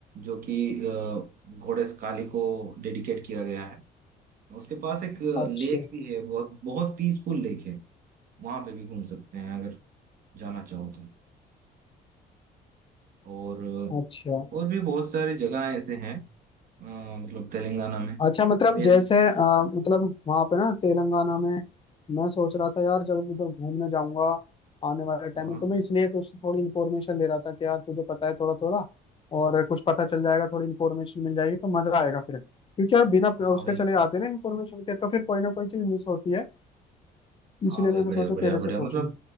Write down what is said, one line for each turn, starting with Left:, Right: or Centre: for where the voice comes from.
Right: जो कि अ, गोडेस काली को डेडिकेट किया गया है उसके पास एक
Left: अच्छा
Right: लेक भी है बहुत बहुत पीसफुल लेक है वहां पे भी घूम सकते हैं अगर जाना चाहो तो और
Left: अच्छा
Right: और भी बहुत सारी जगह ऐसे हैं अ, मतलब तेलंगाना में
Left: अच्छा मतलब
Right: मैं
Left: जैसे अ, मतलब वहां पे ना तेलंगाना में मैं सोच रहा था यार जब उधर घूमने जाऊंगा आने वाले टाइम
Right: हाँ
Left: में तो मैं इसलिए तो उससे थोड़ी इन्फॉर्मेशन ले रहा था कि यार तुझे पता है थोड़ा थोड़ा और कुछ पता चल जाएगा थोड़ी इन्फॉर्मेशन मिल जाएगी तो मजा आएगा फिर क्योंकि यार बिना
Right: हाँ
Left: उसके
Right: भाई
Left: चले आते ना इन्फॉर्मेशन के तो फिर कोई ना कोई चीज मिस होती है
Right: हाँ
Left: इसलिए
Right: भाई
Left: मैंने
Right: बढ़िया
Left: सोचा
Right: बढ़िया
Left: तेरे
Right: बढ़िया
Left: से
Right: मतलब
Left: पूछ लूं